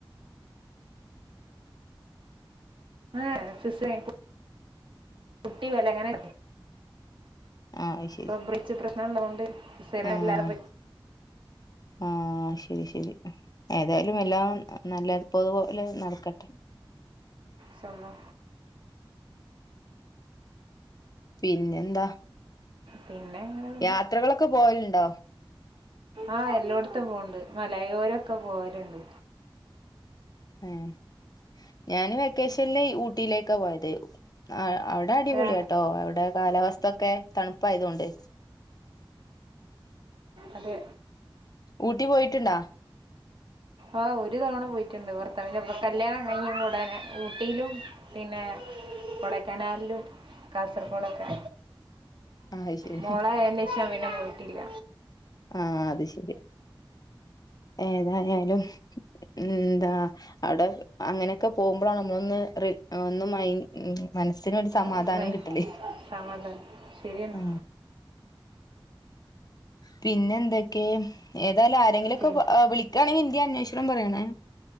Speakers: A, on the right; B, on the left.
A: <inaudible> കുട്ടി വെലങ്ങനെ
B: ആഹ് അയ്‌
A: ഇപ്പ ബ്രിച്ച് പ്രശ്നം ഉള്ളതൊണ്ട് സ്ഥിര
B: ആഹ്
A: എല്ലാരും
B: ആഹ് ശരി ശരി ഏതായാലും എല്ലാം നല്ലതുപോലെ നടക്കട്ടെ
A: ശാള്ളാ
B: പിന്നെ എന്താ
A: പിന്നെങ്ങനെ
B: യാത്രകളൊക്കെ പോകലുണ്ടോ
A: ആഹ് എല്ലായിടത്തും പോകണ്ട് മലയോരൊക്കെ പോവലുണ്ട്
B: ഉം ഞാന് വെക്കേഷനൽ ഊട്ടിയിലേക്കാ പോയത് അവിടെ ഇവിടെ അടിപൊളിട്ടോ
A: ആ,
B: അവിടെ കാലാവസ്ഥ ഒക്കെ തണുപ്പായതുകൊണ്ട്
A: അതെ
B: ഊട്ടി പോയിട്ടുണ്ടോ
A: ആഹ് ഒരു തവണ പോയിട്ടുണ്ട് ഭർത്താവിന്റെ ഒപ്പൊ കല്യാണം കഴിഞ്ഞും ഉടനെ ഊട്ടിയിലും പിന്നെ കൊടക്കനാലിലും കാസർഗോഡൊക്കെ
B: ആ അത് ശരി
A: മോളായതിനേഷം പിന്നെ പോയിട്ടില്ല
B: ആഹ്അത് ശരിയ ഏതായാലും എന്താ അവിടെ അങ്ങനെയൊക്കെ പോകുമ്പോഴാണ് നമ്മളൊന്ന് ഒന്ന് മയങ്ങി ഉം മനസ്സിനൊരു സമാധാനം
A: അമ്മേ
B: കിട്ടലേ
A: സമാധാനം ശരിയാണ്
B: ഉ പിന്നെ എന്തൊക്കെ ഏതായാലും ആരെങ്കിലുംക്കെ
A: പിന്നെ
B: വിളി ക്കാണെങ്ക എന്ത്യ അന്വേഷണം പറയണെ